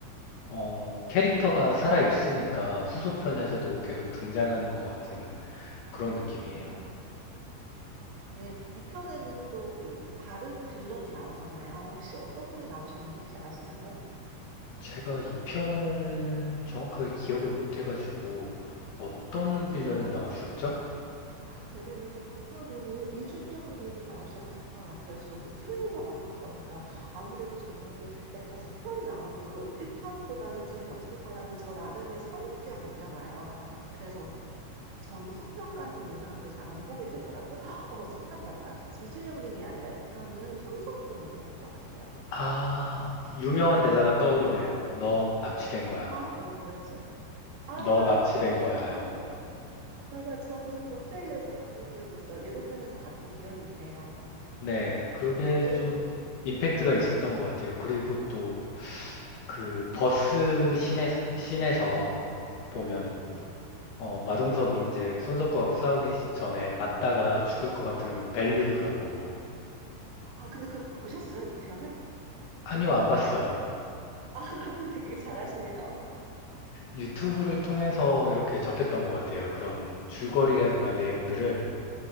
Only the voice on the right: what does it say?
음. 네, 이편에는 또 그 다른 빌런이 나오잖아요. 혹시 어떤 분이 나오셨는지 혹시 아시나요?
제 생각엔
제 생각에는 이편에는 이준영 님이 나오셨던 것 같아요. 저도 트레일러만 봤거든요. 아무래도 저는 약간 속편이 나와도 1편보다는 재미없을 거라는 저 나름의 선입견이 있나 봐요. 그래서 저는 속편까지는 이상하게 잘 안 보게 되더라고요. <gasps> 어, 생각났다. 이준영 님이 아니라 이 편은 손석구 님이었던 것 같아요.
아, 뭐, 뭐였죠? 아,
아, 그렇 맞아. 저도 그거 트레일러에서 봤던 기억이 있어요. 예고편에서 봤던 기억이 있네요.
그런데,
네.
아, 근데 그 보셨어요? 이 편을?
아, <laughs> 그런데 되게 잘하시네요.
아,